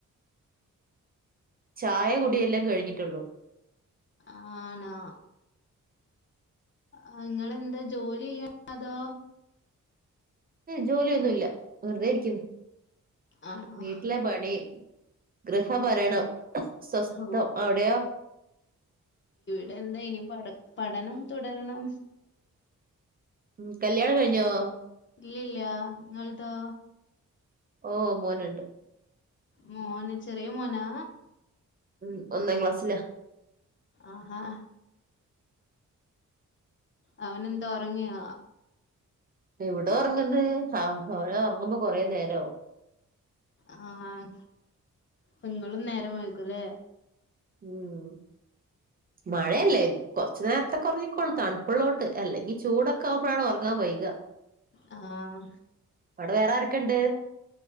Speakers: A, on the right; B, on the left.
A: ചായ കുടിയെല്ലാം കഴിഞ്ഞിട്ടുള്ളൂ
B: ആണോ ആ ഇങ്ങളെന്താ ജോലി ചെയ്യാണോ അതോ
A: ജോലിയൊന്നുല്ല വെറുതെ ഇരിക്കുന്നു
B: ആണോ
A: വീട്ടിലെ പണി ഗൃഹഭരണം സ്വസ്തം
B: ഓ
A: അവിടെയോ
B: ടെ എന്താ ഇനി പഠ പഠനം തുടരണം
A: ഉം കല്യാണം കഴിഞ്ഞോ
B: ഇല്ല ഇല്ല ഇങ്ങൽതോ
A: ഓ മോനുണ്ട്
B: മോന ചെറിയ മോനാ
A: ഉം ഒന്നാം ക്ലാസ്സിലാ
B: ആഹാ അവനെന്താ ഒറങ്ങിയോ
A: എവിട ഉറങ്ങുന്ന് ആ അവന് ഓറങ്ങുമ്പോ കൊറേ നേരവും
B: ആഹ നിങ്ങളും നേരം വെഴുകുംലേ
A: ഉമം മഴയല്ലേ കുറച്ചു നേരത്തെ ഒറങ്ങിക്കോളും തണുപ്പുള്ളതോണ്ട് അല്ലെങ്കിൽ ചൂടൊക്കെ ആകുമ്പോഴാണ് ഒറങ്ങാൻ വൈകുക
B: ആ അ
A: വേറെ ആരക്കെ ഇണ്ട്